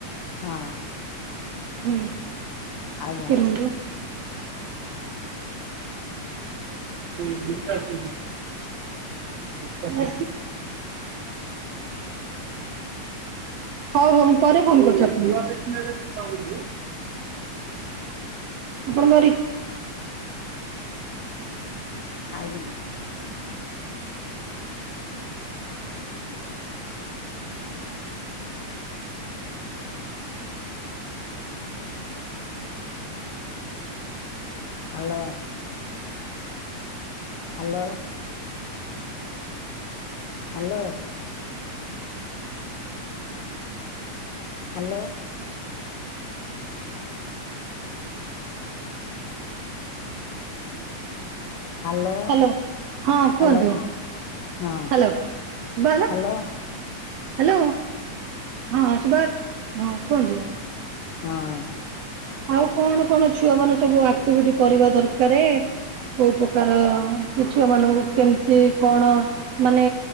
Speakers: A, on the left (about 85°); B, on the right (about 75°).
A: ହଁ।
B: ହୁଁ
A: ଆଜ୍ଞା
B: ଟିକେ ରୁହନ୍ତୁ। <inaudible> <inaudible> ହଉ ହଉ ମୁଁ ପରେ ଫୋନ କରୁଚି ଆପଣଙ୍କୁ। <unintelligible> ଆପଣଙ୍କ ବରି।
A: ଆଜ୍ଞା hello hello hello. Hello. Hello
B: hello ହଁ କୁହନ୍ତୁ
A: ହାଲୋ ହଁ
B: ହ୍ୟାଲୋ। ଶୁଭା ହେଲା
A: ହାଲୋ।
B: ହ୍ୟାଲୋ ହଁ ସୁଭ ହଁ କୁହନ୍ତୁ।
A: ହଁ
B: ଆଉ କଣ କଣ ଛୁଆ ମାନେ ସବୁ ଆକ୍ଟିଭିଟି କରିବା ଦରକାରେ। କେଉଁ ପ୍ରକାର ଛୁଆମାନଙ୍କୁ କେମିତି କଣ ମାନେ